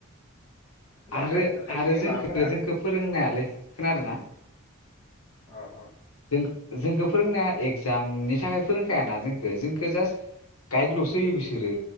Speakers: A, on the left; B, on the left.
A: मा
B: आरो-आरो
A: खायसे
B: जोंखो-जोंखो
A: माबाफोरा
B: फोरोंनायालै खोनादोना?
A: अ अ
B: जों जोंखौ फोरोंनाया एगजामनि थाखाय फोरोंखायाना जोंखो जोंखो जास्ट गाइदल'सो होयो बिसोरो